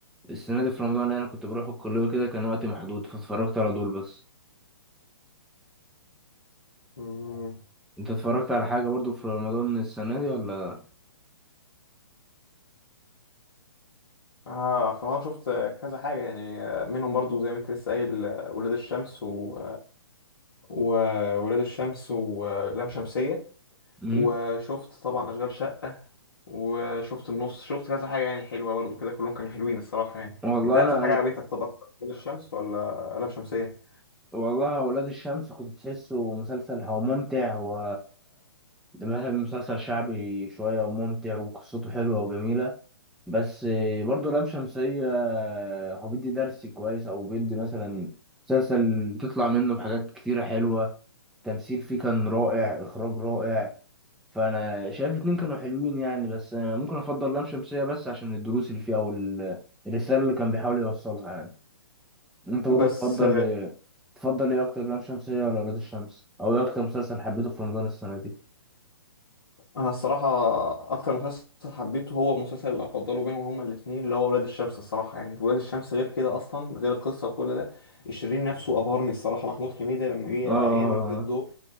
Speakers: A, in the centre; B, on the left (about 65°).
A: السنة دي في رمضان انا كنت بروح الكلية كده كان وقتي محدود فاتفرجت على دول بس
B: مم.
A: انت اتفرجت على حاجة برضو في رمضان السنة دي ولا
B: أنا في رمضان شفت كذا حاجة يعني منهم برضو زي ما أنت لسه قايل ولاد الشمس و... وولاد الشمس ولام شمسية
A: امم
B: وشفت طبعا أشغال شقة وشفت النص شفت كذا حاجة يعني حلوة برضو كده كلهم كانوا حلوين الصراحة يعني
A: والله
B: أنت أكتر
A: انا
B: حاجة عجبتك طب أكتر ولاد الشمس ولا لام شمسية؟
A: والله ولاد الشمس كنت تحسه مسلسل هو ممتع و ده مثلا مسلسل شعبي شوية وممتع وقصته حلوة وجميلة بس برضه لام شمسية هو بيدي درس كويس أو بيدي مثلا مسلسل تطلع منه بحاجات كتيرة حلوة تمثيل فيه كان رائع إخراج رائع فأنا شايف الاتنين كانوا حلوين يعني بس ممكن أفضل لام شمسية بس عشان الدروس اللي فيه أو ال- الرسالة اللي كان بيحاول يوصلها يعني انت برضو
B: بس
A: تفضل ايه تفضل ايه اكتر لام شمسية ولا ولاد الشمس او ايه اكتر مسلسل حبيته في رمضان السنة دي
B: انا الصراحه اكتر مسلسل حبيته هو المسلسل اللي هفضله بينهم هما الاثنين اللي هو ولاد الشمس الصراحه يعني ولاد الشمس غير كده اصلا غير القصه وكل ده الشرير نفسه ابهرني الصراحه محمود حميده لما جه
A: اه
B: يعمل الدور